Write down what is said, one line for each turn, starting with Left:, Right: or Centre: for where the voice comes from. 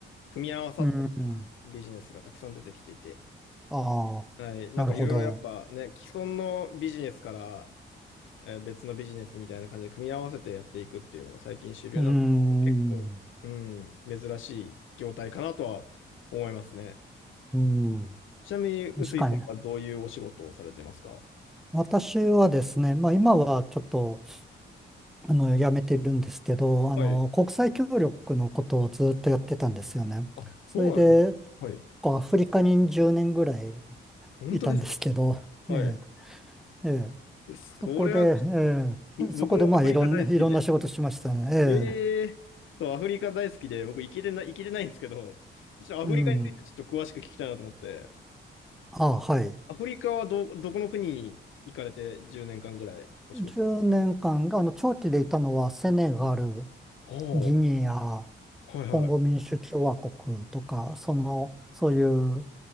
Left: 組み合わさったようなビジネスがたくさん出てきていて、
Centre: うん。ああ、
Left: はい。なんかいろいろやっぱね、
Centre: なるほど。
Left: 既存のビジネスから、えー別のビジネスみたいな感じで組み合わせてやっていくっていうのが最近主流なんで、
Centre: うーん。
Left: 結構、うん、珍しい業態かなとは思いますね。
Centre: うん。
Left: ちなみに、臼井さんはどういうお仕事をされてますか
Centre: 確かに。私はですね、まあ今はちょっと、あの、やめてるんですけど、あの、
Left: はい。
Centre: 国際協力のことをずっとやってたんですよね。
Left: あ、
Centre: それで、
Left: そうなんですか。はい。
Centre: こうアフリカに10年ぐらい
Left: 本当ですか
Centre: いたんですけど、
Left: はい。
Centre: ええええ
Left: えそれは、
Centre: そこで、
Left: ぶ
Centre: ええ、そこでまあいろんな、
Left: 僕もアフリカ大好きで。
Centre: いろんな仕事しましたね。ええ、
Left: ええそう、アフリカ大好きで、僕行けてない、行けてないんですけど、ちょっとアフリカについてちょっと詳しく聞きたいなと思って。
Centre: うん。あ、はい。
Left: アフリカはど、どこの国に行かれて10年間ぐらいお仕事なの
Centre: 10年間が、あの、長期でいたのはセネガル、
Left: お
Centre: ギニア、
Left: ーはいはい。
Centre: コンゴ民主共和国とか、その、そういう、